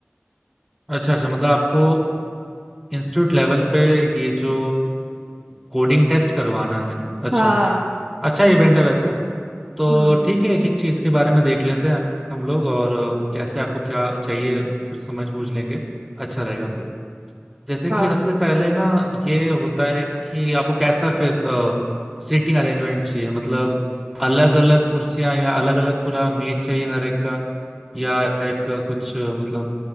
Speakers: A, in the centre; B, on the right.
A: अच्छा अच्छा मतलब आपको इंस्टीट्यूट लेवल पे ये जो कोडिंग टेस्ट करवाना है अच्छा
B: हाँ
A: अच्छा इवेंट है वैसे तो
B: हम्म
A: ठीक है एक एक चीज के बारे में देख लेते हैं हम लोग और अ, कैसे आपको क्या चाहिए फिर समझ बूझ लेंगे अच्छा रहेगा फिर जैसे
B: हाँ
A: कि सबसे पहले ना ये होता है कि आपको कैसा फिर सीटिंग अरेंजमेंट चाहिए मतलब अलग अलग कुर्सियां या अलग अलग पूरा मेज चाहिए हर एक का या एक अ, कुछ अ, मतलब